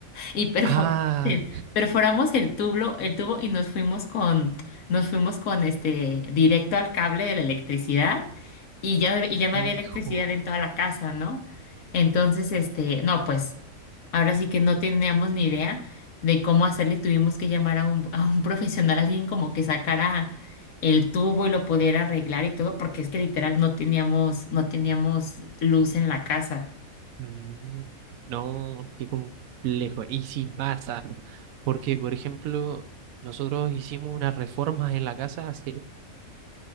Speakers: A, on the left; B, on the right.
A: y perforamos
B: Ah,
A: el, perforamos el tubo, el tubo y nos fuimos con, nos fuimos con este directo al cable de la electricidad y ya, no- y ya
B: hijo.
A: no había electricidad en toda la casa, ¿no? Entonces, este, no, pues ahora sí que no teníamos ni idea de cómo hacerle y tuvimos que llamar a un, a un <laughs> profesional, alguien como que sacara el tubo y lo pudiera arreglar y todo, porque es que literal no teníamos, no teníamos luz en la casa.
B: mm, No, qué complejo. Y si pasa, porque por ejemplo, nosotros hicimos unas reformas en la casa hace